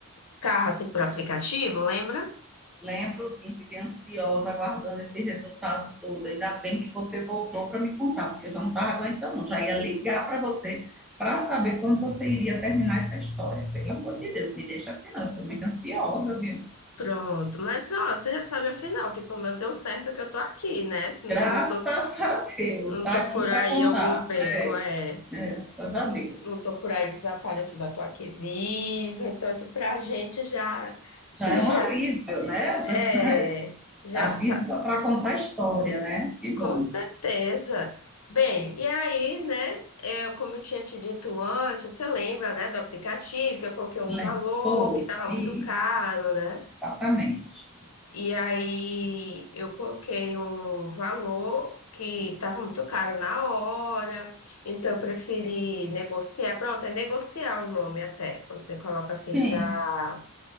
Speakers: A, on the left; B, in the centre.
A: carro assim por aplicativo, lembra?
B: Lembro sim, fiquei ansiosa aguardando esse resultado todo. Ainda bem que você voltou para me contar, porque eu já não estava aguentando, não. já ia ligar para você para saber quando você iria terminar essa história. Pelo amor de Deus, me deixa assim, não. Eu sou muito ansiosa, viu?
A: Pronto, mas ó, você já sabe afinal que pelo menos deu certo que eu tô aqui, né? Senão
B: Graças
A: não tô,
B: a Deus,
A: não
B: está
A: tô
B: aqui
A: por
B: para
A: aí
B: contar.
A: algum beco,
B: É,
A: é.
B: é, graças a
A: Não,
B: Deus.
A: não tô por aí desaparecida, eu tô aqui viva. Então isso pra gente já,
B: Já
A: já,
B: é um alívio, né? Já,
A: é,
B: é
A: já,
B: Tá
A: sa-
B: vivo para contar história, né? Que
A: com
B: bom.
A: certeza. Bem, e aí, né? Eu, como eu tinha te dito antes, você lembra, né, do aplicativo que eu coloquei um
B: Le-
A: valor
B: Foi,
A: que tava
B: isso,
A: muito caro, né?
B: exatamente.
A: E aí eu coloquei um valor que estava muito caro na hora, então eu preferi negociar. Pronto, é negociar o nome até, quando você coloca assim
B: Sim.
A: para